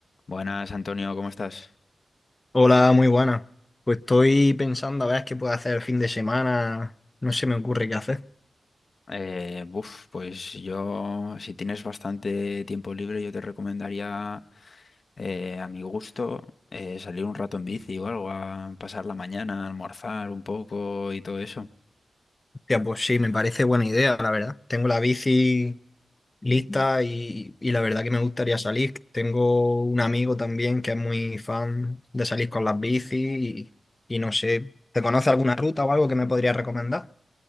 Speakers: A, on the left; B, on the left.
A: Buenas, Antonio, ¿cómo estás?
B: Hola, muy buena. Pues estoy pensando a ver qué puedo hacer el fin de semana. No se me ocurre qué hacer.
A: Eh, buf, pues yo, si tienes bastante tiempo libre, yo te recomendaría, eh, a mi gusto, eh, salir un rato en bici o algo, a pasar la mañana, a almorzar un poco y todo eso.
B: Hostia, pues sí, me parece buena idea, la verdad. Tengo la bici lista y, y la verdad que me gustaría salir. Tengo un amigo también que es muy fan de salir con las bicis y, y no sé, ¿te conoce alguna ruta o algo que me podría recomendar?